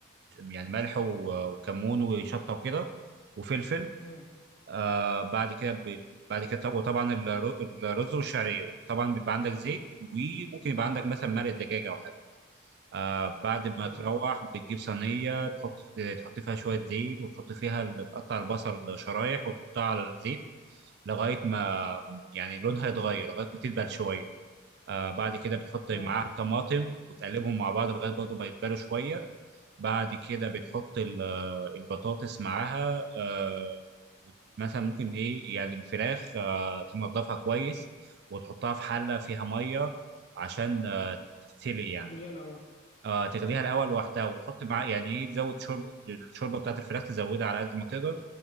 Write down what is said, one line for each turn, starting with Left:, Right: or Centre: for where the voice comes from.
Right: يعني ملح و- وكمون وشطه وكده وفلفل
Left: ايوه
Right: آه، بعد كده ب- بعد كده طب- وطبعا الر- الرز والشعريه طبعا بيبقى عندك زيت وممكن يبقى عندك مثلا مرق دجاج او حاجه آه بعد ما
Left: ايوه
Right: تروح
Left: ايوه
Right: بتجيب صينية تحط في تحط فيها شوية زيت وتحط فيها ال- تقطع البصل شرايح وتحطها على الزيت لغاية ما يعني لونها يتغير لغاية ما تدبل شوية آه بعد كده بتحط
Left: اه
Right: معاها الطماطم وتقلبهم مع بعض لغاية برضه ما يدبلوا شوية بعد كده بتحط ال- آه، البطاطس معاها آه وت- مثلا ممكن إيه يعني الفراخ آه تنضفها كويس وتحطها في حلة فيها مية عشان آه، تتسلق يعني
Left: تغليه الاول
Right: آه تغليها
Left: ايوه
Right: الاول لوحدها وتحط معاه يعني ايه تزود شرب الشوربه بتاعت الفراخ تزودها على قد ما تقدر